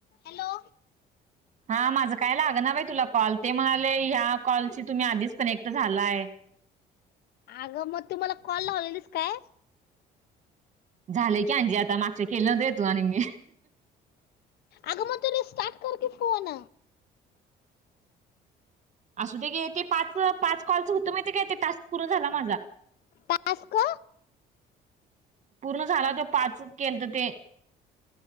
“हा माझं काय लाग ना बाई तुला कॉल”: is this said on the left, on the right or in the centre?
Right